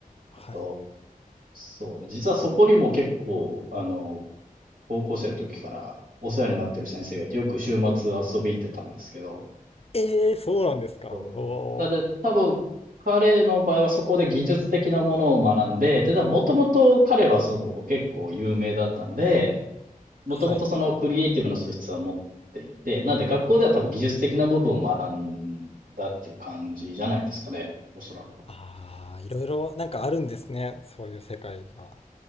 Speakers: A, on the left (about 40°); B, on the right (about 70°).
A: はい。
B: えっと、そうね、実はそこにも結構、あの、高校生の時からお世話になってる先生がいて、よく週末遊び行ってたんですけど、
A: ええ、そうなんですか。
B: そうなので、
A: おお。
B: 多分、彼の場合はそこで技術的なものを学んで、で、もともと彼はその結構有名だったんで、もともとそのクリエイティブの素質は持っていて、
A: はい。
B: なんで学校では多分技術的な部分を学んだっていう感じじゃないですかね。おそらく。
A: ああ、いろいろなんかあるんですね。そういう世界が。